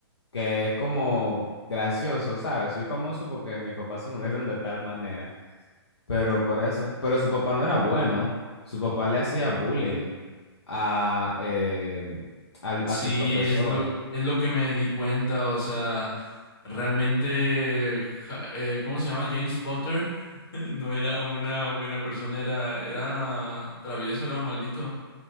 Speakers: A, on the left; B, on the left.
A: que es como gracioso, ¿sabes? Soy famoso porque mis papás se murieron de tal manera, pero por eso, pero su papá no era bueno, su papá le hacía bullying a, eh, al-
B: Sí,
A: a su profesor,
B: es lo, es lo que me di cuenta, o sea, realmente, ja- eh, ¿cómo se llama? James Potter <laughs> no era una buena persona, era, era travieso, era maldito.